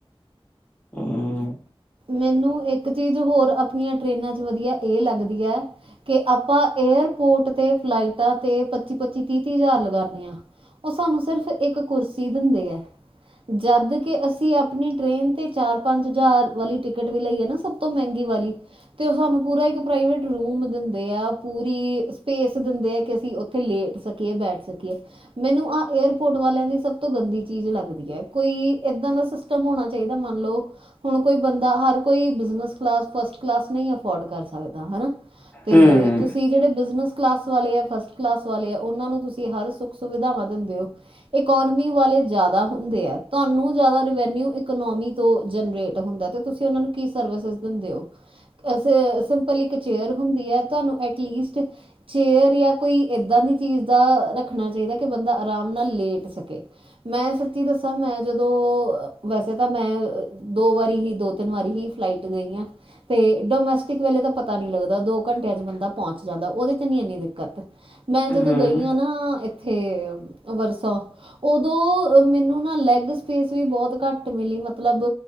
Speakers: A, on the left; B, on the right.
A: ਹਮ
B: ਮੈਨੂੰ ਇੱਕ ਚੀਜ਼ ਹੋਰ ਆਪਣੀਆਂ ਟ੍ਰਰੇਨਾਂ ਚ ਵਧੀਆ ਇਹ ਲੱਗਦੀ ਆ ਕੇ ਆਪਾਂ ਏਅਰਪੋਰਟ ਤੇ, ਫਲਾਈਟਾਂ ਤੇ, ਪੱਚੀ-ਪੱਚੀ, ਤੀਹ-ਤੀਹ ਹਜ਼ਾਰ ਲਗਾਨੇਂ ਆਂ। ਉਹ ਸਾਨੂੰ ਸਿਰਫ਼ ਇੱਕ ਕੁਰਸੀ ਦਿੰਦੇ ਐ। ਜਦ ਕਿ ਅਸੀਂ ਆਪਣੀ ਟ੍ਰੇਨ ਤੇ ਚਾਰ-ਪੰਜ ਹਜ਼ਾਰ ਵਾਲੀ ਟਿਕਟ ਵੀ ਲਈ ਐ ਨਾਂ, ਸਭ ਤੋਂ ਮਹਿੰਗੀ ਵਾਲੀ ਤੇ ਉਹ ਸਾਨੂੰ ਪੂਰਾ ਇੱਕ ਪ੍ਰਾਈਵੇਟ ਰੂਮ ਦਿੰਦੇ ਆ। ਪੂਰੀ ਅ ਸਪੇਸ ਦਿੰਦੇ ਆ ਕਿ ਅਸੀਂ ਉੱਥੇ ਲੇਟ ਸਕੀਏ, ਬੈਠ ਸਕੀਏ। ਮੈਨੂੰ ਆਹ ਏਅਰਪੋਰਟ ਵਾਲਿਆਂ ਦੀ ਸਭ ਤੋਂ ਗੰਦੀ ਚੀਜ਼ ਲੱਗਦੀ ਏ। ਕੋਈ ਏਦਾਂ ਦਾ ਸਿਸਟਮ ਹੋਣਾ ਚਾਹੀਦਾ। ਮੰਨ ਲਓ! ਹੁਣ ਕੋਈ ਬੰਦਾ ਹਰ ਕੋਈ ਬਿਜਨਸ ਕਲਾਸ, ਫਸਟ ਕਲਾਸ ਨਹੀਂ ਅਫੋਰਡ ਕਰ ਸਕ ਸਕਦਾ ਹਨਾਂ, ਤੇ
A: ਹਮ
B: ਤੁਸੀਂ ਜਿਹੜੇ ਬਿਜਨਸ ਕਲਾਸ ਵਾਲੇ ਆ, ਫਸਟ ਕਲਾਸ ਵਾਲੇ ਆ, ਉਹਨਾਂ ਨੂੰ ਤੁਸੀਂ ਹਰ ਸੁੱਖ ਸੁਵਿਧਾਵਾਂ ਦਿੰਦੇ ਹੋ। ਇਕੋਨਮੀ ਵਾਲੇ ਜ਼ਿਆਦਾ ਹੁੰਦੇ ਹੈ ਤੁਹਾਨੂੰ ਜ਼ਿਆਦਾ ਰਵੈਨਿਊ ਇਕੋਨੋਮੀ ਤੋਂ ਜਨਰੇਟ। ਹੁੰਦਾ ਤੇ ਤੁਸੀਂ ਉਹਨਾ ਨੂੰ ਕੀ ਸਰਵਿਸ ਦਿੰਦੇ ਹੋ। ਵੈਸੇ ਸਿੰਪਲ ਇੱਕ ਚੇਅਰ ਹੁੰਦੀ ਆ। ਤੁਹਾਨੂੰ ਐਟਲੀਸਟ ਚੇਅਰ ਜਾਂ ਕੋਈ ਏਦਾਂ ਦੀ ਚੀਜ਼ ਦਾ ਰੱਖਣਾ ਚਾਹੀਦਾ ਕਿ ਬੰਦਾ ਆਰਾਮ ਨਾਲ ਲੇਟ ਸਕੇ। ਮੈਂ ਸੱਚੀ ਦੱਸਾਂ ਮੈਂ ਜਦੋਂ ਵੈਸੇ ਤਾਂ ਮੈਂ। ਦੋ ਵਾਰੀ ਹੀ, ਦੋ ਤਿੰਨ ਵਾਰੀ ਹੀ। ਫਲਾਈਟ ਲਈਆਂ ਤੇ ਡੋਮੈਸਟਿਕ ਵੇਲੇ ਤਾਂ ਪਤਾ ਨੀ ਲੱਗਦਾ ਦੋ ਘੰਟਿਆਂ ਚ ਬੰਦਾ ਪਹੁੰਚ। ਜ਼ਿਆਦਾ ਉਹਦੇ ਚ ਨੀ ਇੰਨੀ ਦਿੱਕਤ। ਮੈਂ ਜਦੋਂ
A: ਹਮ
B: ਗਈ ਆ ਨਾ ਇੱਥੇ ਵਰਸਾ। ਉਦੋਂ ਮੈਨੂੰ ਨਾ ਲੈਗ ਸਪੇਸ ਵੀ ਬਹੁਤ ਘੱਟ ਮਿਲੀ। ਮਤਲਬ